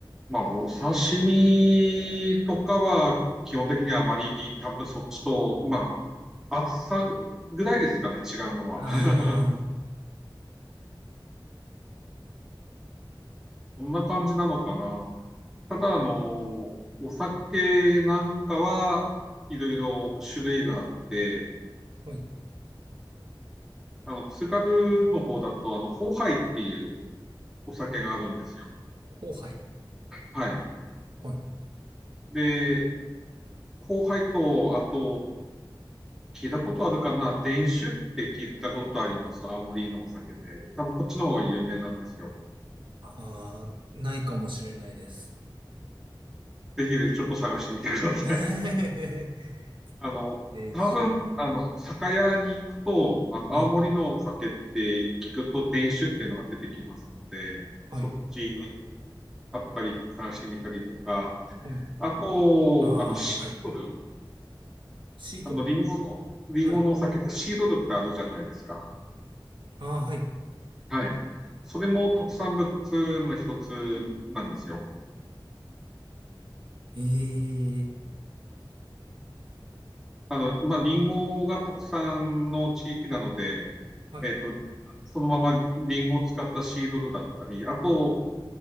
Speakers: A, in the centre; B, on the right.
A: まあ、お刺身とかは、基本的にはあまり多分そっちと、まあ、厚さぐらいですかね、違うのは。
B: ああ、
A: <laughs> こんな感じなのかな。ただ、あの、お酒なんかはいろいろ種類があって、
B: <laughs> はい。
A: あの、津軽の方だと、あの、ホーハイっていうお酒があるんですよ。
B: 後輩。
A: はい。
B: はい。
A: で、ホーハイと、あと、聞いたことあるかな、伝酒って聞いたことあります。青森のお酒で。多分こっちの方が有名なんですよ。
B: ああ、ないかもしれないです。
A: ぜひ、ちょっと探してみてください。
B: <laughs>
A: あの、
B: 練習。
A: 多分、あの、酒屋に行くと、あの、青森のお酒って聞くと伝酒っていうのが出てきますので、
B: はい。はい。
A: そっちあったり探してみたりとか、
B: はい。
A: あと、
B: ああ、
A: あの、シードル、
B: はい。シートル。
A: あの、リンゴの、リンゴのお酒ってシードルってあるじゃないですか。
B: はい。ああ、はい。
A: はい。それも特産物の一つなんですよ。
B: ええ、
A: あの、まあ、リンゴが特産の地域なので、
B: はい。
A: えっと、そのままリンゴを使ったシードルだったり、あと、